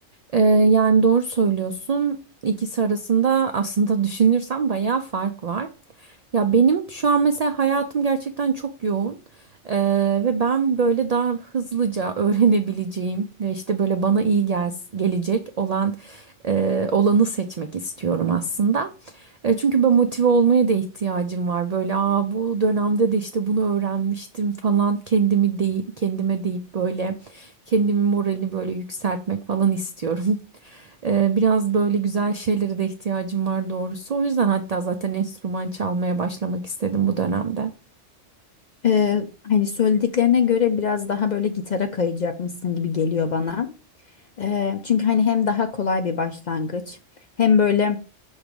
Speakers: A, on the right; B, on the left.
A: Ee, yani doğru söylüyorsun. İkisi arasında aslında düşünürsem bayağı fark var. Ya benim şu an mesela hayatım gerçekten çok yoğun. Ee, ve ben böyle daha hızlıca <laughs> öğrenebileceğim ve işte böyle bana iyi gel gelecek olan e, olanı seçmek istiyorum aslında. E, çünkü ben motive olmaya da ihtiyacım var. Böyle aa bu dönemde de işte bunu öğrenmiştim falan kendimi dey kendime deyip böyle kendimi moralini böyle yükseltmek falan istiyorum. <laughs> E, biraz böyle güzel şeylere de ihtiyacım var doğrusu. O yüzden hatta zaten enstrüman çalmaya başlamak istedim bu dönemde.
B: E, hani söylediklerine göre biraz daha böyle gitara kayacakmışsın gibi geliyor bana. E, çünkü hani hem daha kolay bir başlangıç hem böyle